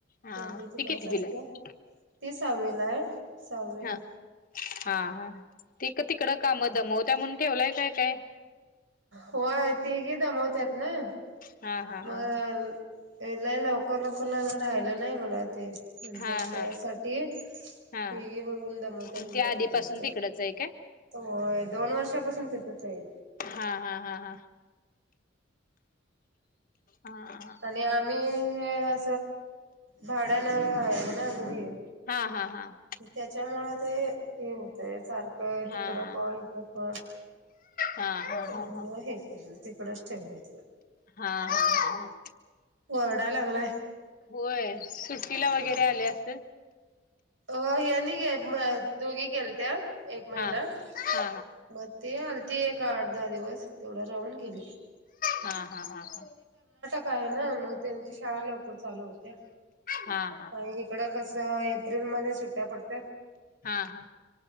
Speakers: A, on the left; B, on the right.
A: हा
B: तोंली तिकडेच
A: ती कितवीला
B: असते
A: आहे
B: ती सववीला आहे साहावीला
A: हा हा हा त तिकडं काम दमवत्या म्हणून ठेवलाय काय काय
B: होय तीघे दमवतत ना मग
A: हा हा हा
B: ल लवकर लवकर ल राहिलं नाही मला ते म्हणताना
A: हा हा
B: त्यासाठी
A: हा
B: ते
A: हा
B: म रम दमवत
A: मग
B: नंतर
A: ती आधीपासून
B: तिकडेचत
A: तिकडच आहे काय
B: होय दोन वर्षापासून तथच आहे
A: हा हा हा हा हा
B: आणि आम्ही हे भाड्या न आहे ना घरी
A: हा हा हा हा
B: त्याच्यामुळे ते हे होतंय सारखं तिकडा
A: हा हा
B: पाणी कप
A: हा हा
B: च
A: हा
B: म हे के ना तिकडेच ठेव तिला
A: हा हा हा
B: होरवढालांगय
A: होय सुट्टीला वगैरे आले असे
B: हो हनी घ दोघी केल त्या एक महिना
A: हा हा
B: मग ते आलती एक आठ दहा दिवस तेवढा राहून गेली
A: हा हा हा हा
B: काय ना मग त्यांची शाळा लवकर चालू होत्या
A: हा हा
B: आणि इकड कस फ्रिल म सुट्या पडत
A: हा हा